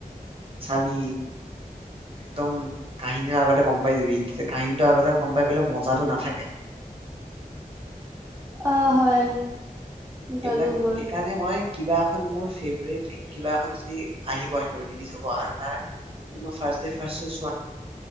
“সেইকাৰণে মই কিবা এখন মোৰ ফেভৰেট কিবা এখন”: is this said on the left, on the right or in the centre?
Right